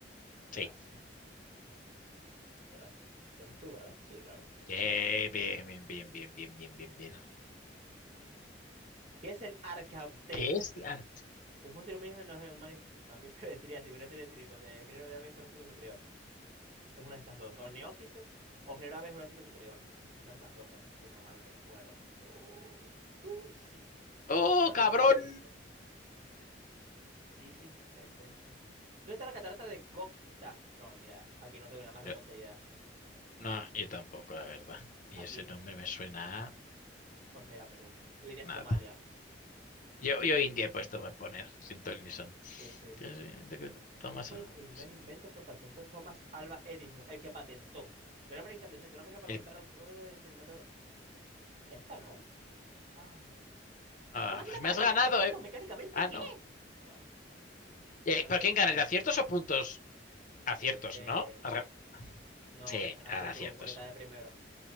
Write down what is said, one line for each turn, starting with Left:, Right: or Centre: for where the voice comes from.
Right: Tras,
Left: sí.
Right: tras. No eres tú, ¿verdad? Sí, claro, Santo
Left: Yeah,
Right: Domingo.
Left: bien, bien, bien, bien, bien, bien, bien, bien.
Right: ¿Qué es el Archaeopteryx?
Left: ¿Qué es la-
Right: Un fósil mismo no es un mani- mamífero de Triásico, una especie de trilo, el género de aves Jurásico superior. Es una de estas dos. O Neogiso o Genera B Jurásico Superior. Una de estas dos es, si no mal recuerdo. Tú sí.
Left: ¡Oh,
Right: Un género de aves
Left: cabrón!
Right: Jurásico Superior. Sí, sí. Este, este. no está la catarata de Gokta? No, ni idea. Aquí no tengo la más
Left: Pero-
Right: remota idea.
Left: no, yo tampoco, la verdad. Y
Right: Aquí,
Left: ese nombre me suena a...
Right: pues mira, Perú. Le di a
Left: Nada.
Right: Somalia.
Left: Yo, yo India he puesto para poner, sin ton ni son.
Right: Sí, sí.
Left: Tienes en mente que tomas
Right: ¿Cuál fue el primer
Left: eso.
Right: invento que patentó Thomas Alva Edison? El que patentó. La lámpara incandescente, una máquina para
Left: Eh,
Right: contar. eh, cinematógrafo- Esta, ¿no? Ah.
Left: ah,
Right: Una máquina
Left: pues
Right: para
Left: me has
Right: contar
Left: ganado,
Right: votos
Left: eh.
Right: mecánicamente.
Left: Ah,
Right: ¿Qué?
Left: no.
Right: Bueno,
Left: Eh,
Right: bueno.
Left: ¿Pero quién gana? ¿El de aciertos o puntos? Aciertos,
Right: Eh,
Left: ¿no? Arra-
Right: no,
Left: Sí,
Right: ganaste
Left: gana
Right: tú
Left: aciertos.
Right: porque estás de primero,